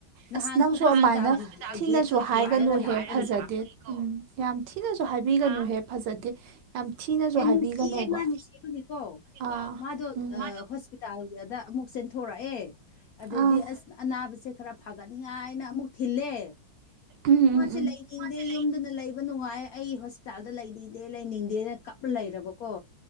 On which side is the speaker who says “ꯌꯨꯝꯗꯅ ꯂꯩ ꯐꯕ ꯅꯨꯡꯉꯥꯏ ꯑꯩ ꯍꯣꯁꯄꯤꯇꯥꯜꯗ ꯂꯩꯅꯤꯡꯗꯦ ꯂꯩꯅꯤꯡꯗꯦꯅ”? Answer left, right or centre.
Left